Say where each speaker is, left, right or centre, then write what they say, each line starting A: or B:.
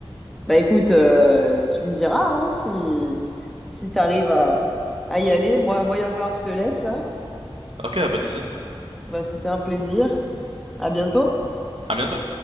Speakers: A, in the centre; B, on the right.
A: Bah écoute, euh, tu me diras hein, si, si tu arrives à, à y aller. Moi, moi, il va falloir que je te laisse là.
B: Ok, bah, pas de soucis.
A: Bah, c'était un plaisir. À bientôt.
B: À bientôt.